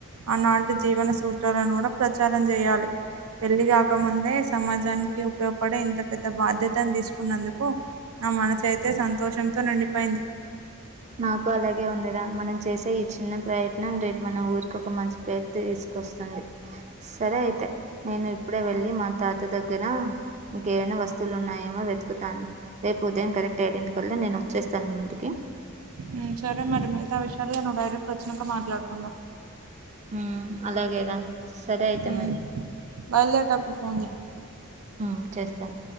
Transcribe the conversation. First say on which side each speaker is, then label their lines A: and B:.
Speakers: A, on the right (about 80°); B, on the right (about 35°).
A: ఆనాటి జీవన సూత్రాలను కూడా ప్రచారం చేయాలి పెళ్లి కాకముందే సమాజానికి ఉపయోగపడే ఇంత పెద్ద ఇంత బాధ్యతను తీసుకున్నందుకు నా మనుసయితే సంతోషంతో నిండిపోయింది
B: నాకు అలాగే ఉందిరా మనం చేసే ఈ చిన్న ప్రయత్నం రేపు మన ఊరికి ఒక మంచి పేరు తీస్ వస్తుంది సరే అయితే నేను ఇప్పుడే వెళ్ళి మా తాత దగ్గర ఇంకేవైనా వస్తువులు ఉన్నాయేమో వెతుకుతాను రేపు ఉదయం కరెక్ట్ ఏడింటికల్ల నేను వచ్చేస్తాను మీ ఇంటికి
A: ఉమ్ సరే మరి మిగతా విషయాలు నువ్వు డైరెక్ట్ వచ్చానాక మాట్లాడుకుందాం
B: ఉమ్ అలాగేరా సరే అయితే
A: ఉమ్
B: మరి.
A: బయలుదేరేటప్పుడు ఫోన్ చేయ్
B: ఆ చేస్తాను